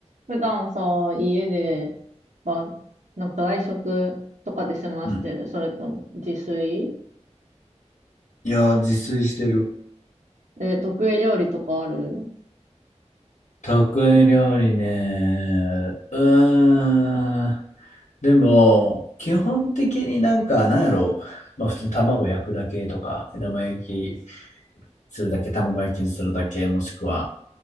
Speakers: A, on the right; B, on the left.
A: 普段さ、家で、ば、なんか外食とかで済ましてるそれとも自炊
B: うんいやー、自炊してる。
A: え、得意料理とかある
B: 得意料理ね。うーん。でも、基本的になんか、なんやろまあ、普通に卵焼くだけとか、目玉焼きするだけ、卵焼きにするだけ、もしくは